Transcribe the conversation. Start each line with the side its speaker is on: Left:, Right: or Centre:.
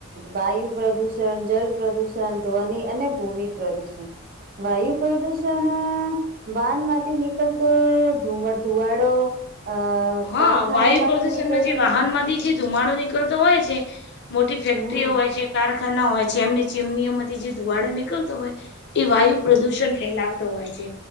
Right: વાયુ પ્રદૂષણ, જલ પ્રદૂષણ, ધ્વનિ અને ભૂમિ પ્રદૂષણ વાયુ પ્રદૂષણ વાહન માંથી નીકલતો અ ધુવા ધુવાડો અ
Left: હા
Right: કારખાનો
Left: વાયુ
Right: માંથી
Left: પ્રદૂષણમાં
Right: નીકળતી
Left: જે વાહનમાં થી જે ધુમાડો નીકળતો હોય છે મોટી ફેક્ટરીઓ
Right: હમ
Left: હોય છે કાર ખાના હોય છે એમની ચીમનીઓમાંથી જે ધુવાડો નીકળતો હોય એ વાયુ પ્રદૂષણ ફેલાવતો હોય છે.